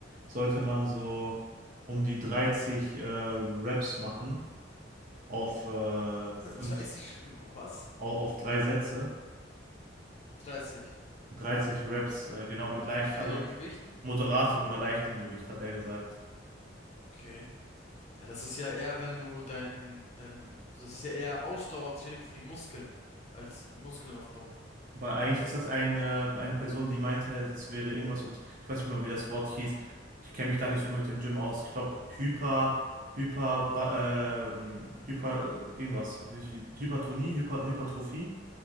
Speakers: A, on the right; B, on the left.
A: sollte man so um die 30 äh, Reps machen auf, äh, fünf,
B: <laughs> 30, was?
A: au- auf drei Sätze,
B: 30.
A: 30 Reps, äh, genau mit
B: Mit
A: leicht,
B: wie viel
A: also
B: Gewichten?
A: moderatem oder leichtem Gewicht, hat er gesagt.
B: Okay. Ja, das ist ja eher, wenn du dein, dein, das ist ja eher Ausdauertraining für die Muskeln als Muskeln aufbauen.
A: Aber eigentlich ist das eine, eine Person, die meinte, das wäre irgendwas mit, ich weiß nicht mal, wie das Wort hieß. Ich kenne mich da nicht so mit dem Gym aus. Ich glaube, Hyper, Hyper, ba- ähm, Hyper, irgendwas. Wie- wie- Hypertonie, Hyper, Hypertrophie,